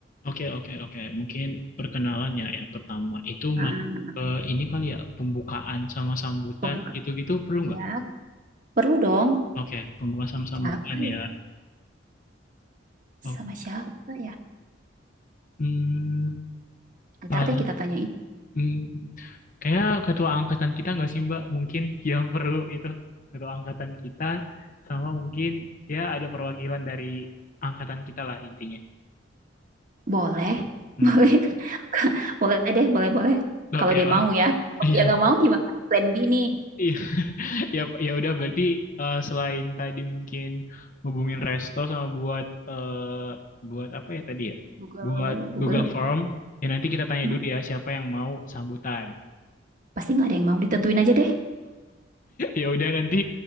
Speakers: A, on the left; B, on the right.
A: Oke, oke, oke. Mungkin perkenalan ya yang pertama itu
B: Ah,
A: ma- eh, ini kali ya pembukaan sama sambutan
B: pembuka.
A: gitu-gitu perlu nggak?
B: Ya, perlu dong.
A: Oke, pembukaan sama sambutan
B: Siapa
A: ya.
B: ya? Sama
A: Oh,
B: siapa ya?
A: hmm,
B: Ntar
A: pal-
B: deh kita tanyain.
A: hmm, kayak ketua angkatan kita nggak sih Mbak? Mungkin yang perlu itu ketua angkatan kita sama mungkin ya ada perwakilan dari angkatan kita lah intinya.
B: Boleh,
A: Hmm,
B: <laughs> boleh, boleh deh, boleh, boleh.
A: Oke,
B: Kalau dia
A: ah,
B: mau ya. Kalau
A: iya,
B: dia nggak mau gimana? Plan B nih.
A: iya Ya, ya udah berarti eh, selain tadi mungkin hubungin resto sama buat eh, buat apa ya tadi ya?
B: Google,
A: Buat
B: Google.
A: Google Form. Ya nanti kita tanya
B: Nah,
A: dulu ya siapa yang mau sambutan. <laughs>
B: pasti nggak ada yang mau ditentuin aja deh.
A: Ya udah nanti